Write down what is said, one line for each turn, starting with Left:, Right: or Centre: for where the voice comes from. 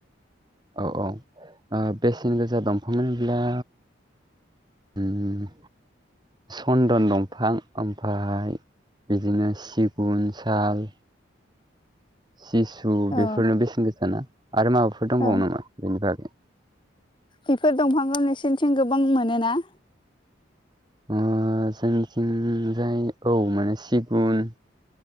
Right: औ औ बेसेन गोसा दंफां होनोब्ला उम सन्दन दंफां ओमफफ्राय बिदिनो सिगुन साल सिसु बेफोरनो
Left: औ
Right: बेसेन गोसा ना आरो माबाफोर दंबावो
Left: औ
Right: नामा बेनि बागै?
Left: बेफोर दंफांखौ नोंसोरनिथिं गोबां मोनोना?
Right: ओ जोंनिथिंजाय औ माने सिगुन